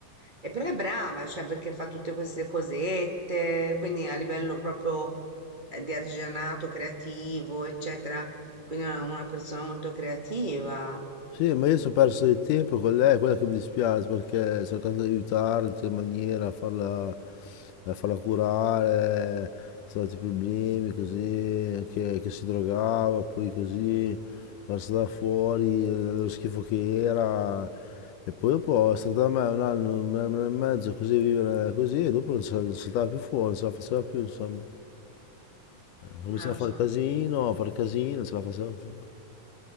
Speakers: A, on the right (about 60°); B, on the left (about 75°).
A: E però è brava, cioè perché fa tutte queste cosette, quindi a livello proprio eh, di artigianato creativo, eccetera. Quindi è una, una persona molto creativa.
B: Sì, ma io sono perso del tempo con lei, è quello che mi dispiace perché ho cercato di aiutarla in tutte le maniere, a farla, a farla curare, sono stati problemi così, anche che si drogava, poi così, quando è stata fuori, eh, lo schifo che era, Eppure può, è stata a me un anno, un anno e mezzo così, vivere così, e dopo non se la non saltava più fuori, non se la faceva più, insomma. Cominciava
A: Non lo
B: a fare
A: so.
B: casino, a fare casino, non se la faceva più.